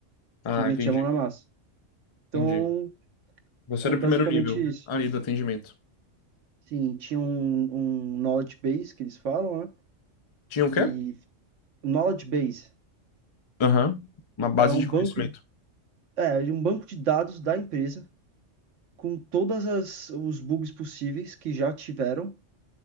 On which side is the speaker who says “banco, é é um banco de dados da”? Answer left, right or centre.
Right